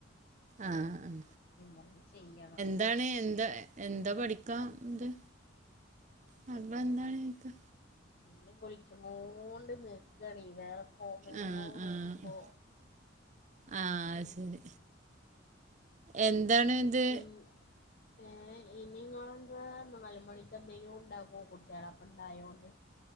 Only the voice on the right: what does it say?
ആഹ് ആഹ്
എന്താണ് എന്താ എന്താ പഠിക്കാ ഇത് <unintelligible> എന്താണ് ചോദിക്കാ
ആഹ്
ആഹ് ആഹ്
ശെരി എന്താണ് ഇത്